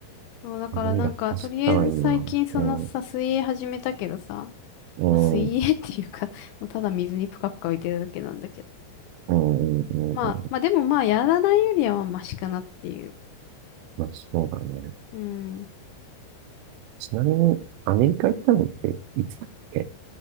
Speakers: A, on the left; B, on the right.
A: そう、だからなんか、
B: いや、走ったらいいな。
A: とりあえず最近そのさ、
B: うん、
A: 水泳始めたけどさ、ま
B: うん、
A: あ、水泳っていうか
B: うん、
A: <laughs> もうただ水にぷかぷか浮いてるだけなんだけど。
B: うん、うん。
A: まあ、
B: うん
A: まあでもまあ、やらないよりはまあ、マシかなっていう。
B: まあ、そうだね。
A: うん。
B: ちなみに、アメリカ行ったのって、いつだっけ